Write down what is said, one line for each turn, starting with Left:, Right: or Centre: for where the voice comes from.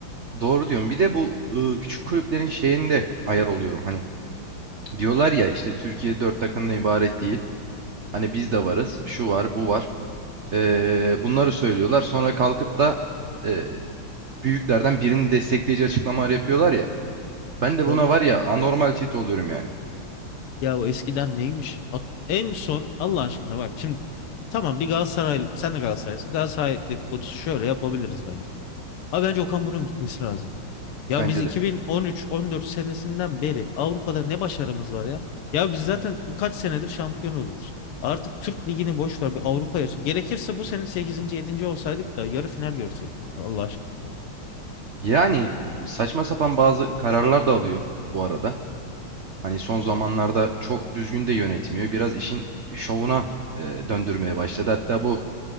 Right: doğru diyorum. Bir de bu ıı, küçük kulüplerin şeyinde ayar oluyorum. Hani diyorlar ya işte Türkiye dört takımdan ibaret değil. Hani biz de varız. Şu var, bu var. Ee, bunları söylüyorlar. Sonra kalkıp da e, büyüklerden birini destekleyici açıklamalar yapıyorlar ya. Ben de buna
Left: Ya, biz-
Right: var ya anormal tilt oluyorum yani.
Left: ya o eskiden neymiş? At- En son Allah aşkına bak şimdi tamam bir Galatasaray sen de Galatasaraylısın. Galatasaray dedikodusu şöyle yapabiliriz bence. Abi bence Okan Buruk'un gitmesi lazım. Ya
Right: Bence
Left: biz 2013-14
Right: de.
Left: senesinden beri Avrupa'da ne başarımız var ya? Ya biz zaten kaç senedir şampiyon oluyoruz. Artık Türk Ligi'ni boş ver bir Avrupa'ya. Gerekirse bu sene sekizinci, yedinci olsaydık da yarı final görseydik ya, Allah
Right: Yani saçma sapan bazı kararlar da alıyor bu arada. Hani son zamanlarda çok düzgün de yönetmiyor. Biraz işin şovuna e, döndürmeye başladı. Hatta bu